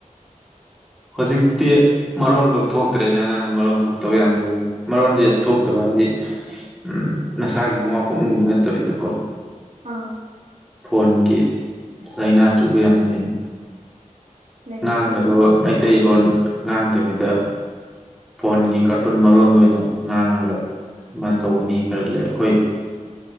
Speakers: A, in the centre; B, on the right (about 60°).
A: ꯍꯧꯖꯤꯛꯇꯤ ꯃꯔꯣꯟꯕꯧ ꯊꯣꯛꯇ꯭ꯔꯦꯅꯦ ꯑꯉꯥꯡ ꯃꯔꯣꯟ ꯊꯣꯛꯇꯕ ꯌꯥꯝ ꯂꯩꯕꯅꯤ ꯃꯔꯣꯟꯗꯤ ꯊꯣꯛꯇꯕ ꯍꯥꯏꯕꯗꯤ ꯎꯝ ꯅꯁꯥꯒꯤ ꯃꯃꯥ ꯄꯣꯛꯅꯨꯡꯒꯤ ꯅꯠꯇꯕꯤꯗꯀꯣ
B: ꯑꯥ
A: ꯐꯣꯟꯒꯤ ꯂꯥꯏꯅꯥ ꯆꯨꯕ ꯌꯥꯝ ꯂꯩ
B: ꯂꯩꯔꯦ
A: ꯉꯥꯡꯒꯗꯕ
B: ꯂꯩꯔꯦ
A: ꯃꯩꯇꯩꯂꯣꯟ ꯉꯥꯡꯗꯕꯤꯗ ꯐꯣꯟꯒꯤ ꯀꯥꯔꯇꯨꯟ ꯃꯔꯣꯟꯗꯨ ꯑꯣꯏꯅ ꯉꯥꯡꯉꯒ ꯃꯥꯏꯟ ꯇꯧ ꯃꯤ ꯈꯔ ꯂꯩ ꯑꯩꯈꯣꯏ